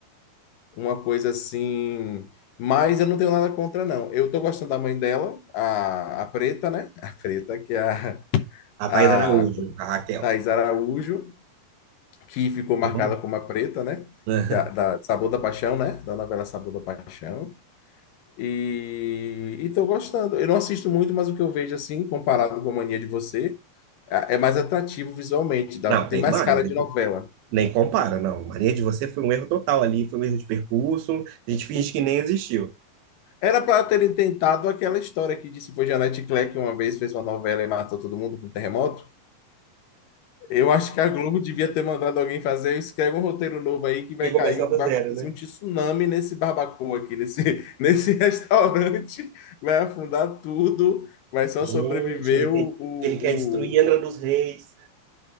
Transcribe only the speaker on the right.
A
Thaís Araújo,
a Raquel.
Eu amo.
<laughs>
Não,
nem
mais,
nem,
nem compara, não. Maria de Você foi um erro total ali, foi um erro de percurso. A gente finge que nem existiu.
E começar
do
zero,
né?
Gente,
ele quer,
ele quer destruir Angra
dos Reis.